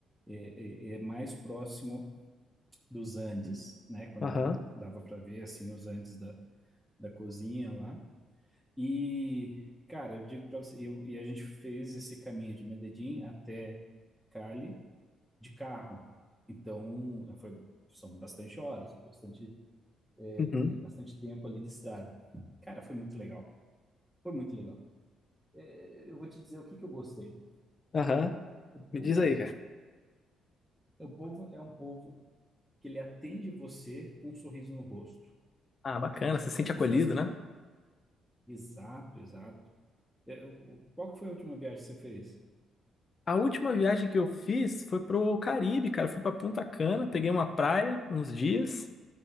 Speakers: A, in the centre; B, on the left (about 40°).
A: é, é- é mais próximo dos Andes, né? Quando
B: aham,
A: dava para ver assim os Andes da, da cozinha lá. E, cara, eu digo pra você, eu, e a gente fez esse caminho de Medellín até Cali de carro. Então, foi, são bastante horas, são bastante,
B: uhum,
A: é, bastante tempo ali de estrada. Cara, foi muito legal. Foi muito legal. É, eu vou te dizer o que que eu gostei.
B: aham.
A: O
B: Me
A: povo,
B: diz aí, cara.
A: é, o povo é um povo que ele atende você com um sorriso no rosto.
B: Ah, bacana, você se sente
A: São pessoas
B: acolhido,
A: que,
B: né?
A: exato, exato. É, o- o- qual que foi a última viagem que você fez?
B: A última viagem que eu fiz foi pro Caribe, cara. Eu fui pra Punta Cana, peguei uma praia uns dias.